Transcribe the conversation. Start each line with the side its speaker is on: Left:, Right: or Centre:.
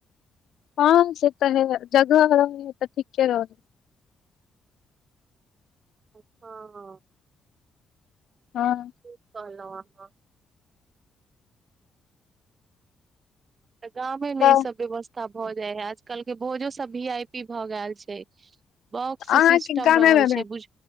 Left: हँ से तऽ है जगह रह तऽ ठीके रह
Right: हँ
Left: हँ
Right: ठिक कहलू अहाँ तऽ गामे मे
Left: तऽ
Right: ई सब व्यवस्था भऽ जाय है आजकल के भोजो सब भी आई पी भऽ ग गैल छै बॉक्स
Left: अहाँके
Right: सिस्टम
Left: गामे
Right: रहै
Left: मे
Right: छै बुझ